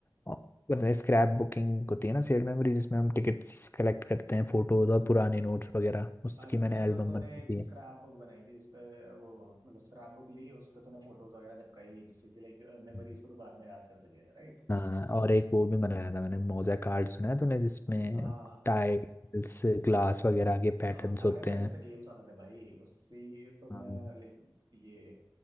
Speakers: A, on the left; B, on the right.
A: और स्क्रैप बुकिंग होती है ना शेयर मेमोरी जिसमें हम टिकट्स कलेक्ट करते हैं फोटोज और पुराने नोट्स वगैरह उसकी
B: अच्छा
A: मैंने एल्बम
B: तो तूने
A: बनाई
B: एक
A: थी
B: स्क्रैप बुक बनाई थी जिसपे वो मतलब स्क्रैप बुक ली उस पे तूने फोटोज वगैरह चिपकाई जिससे कि लाइक मेमोरीज
A: हम्म,
B: को तो बाद में याद कर सके राइट
A: हाँ और एक वो भी बनाया था मैंने मोज़ेक आर्ट सुना है तूने जिसमें
B: हाँ
A: टाइल्स ग्लास वगैरह के पैटर्न्स
B: हाँ अरे
A: होते
B: पहले
A: हैं
B: से गेम्स आते थे भाई उससे तो
A: हाँ
B: मैं लाइक ये